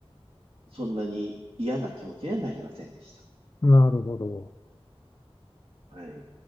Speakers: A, on the right; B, on the left.
A: そんなに嫌な気持ちにはなりませんでした。
B: なるほど。
A: はい。